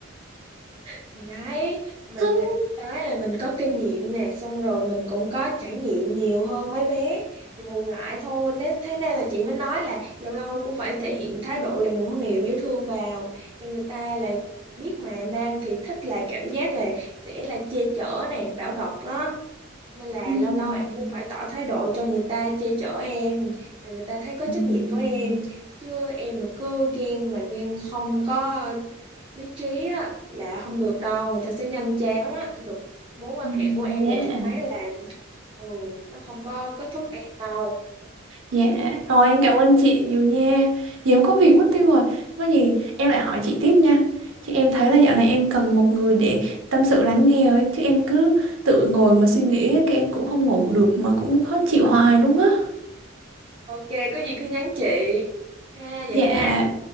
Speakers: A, on the right; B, on the right.
A: thì đấy mình
B: <laughs>
A: là được cái là mình có kinh nghiệm nè xong rồi mình cũng có trải nghiệm nhiều hơn mấy bé thì bù lại thôi nên thế nên là chị mới nói là lâu lâu cũng phải thể hiện thái độ là nũng nịu dễ thương vào cho người ta là biết mà nam thì thích là cảm giác là sẽ là che chở nè bảo bọc đó nên là
B: Ừm,
A: lâu lâu em cũng phải tỏ thái độ cho người ta che chở em rồi người ta thấy có
B: ừm,
A: trách nhiệm với em chứ em mà cứ ghen mà ghen không có lý trí á, là không được đâu người ta sẽ nhanh chán á Cái được mối quan
B: ừm,
A: hệ của em
B: Yeah.
A: là chị thấy là ừ nó không có kết thúc em đâu
B: Dạ, rồi em cảm ơn chị nhiều nha. Giờ em có việc mất tiêu rồi. Có gì em lại hỏi chị tiếp nha. Chứ em thấy là dạo này em cần một người để tâm sự lắng nghe ấy. Chứ em cứ tự ngồi mà suy nghĩ, cái em cũng không ngủ được mà cũng khó chịu hoài luôn á.
A: ok có gì cứ nhắn chị ha vậy
B: Dạ,
A: ha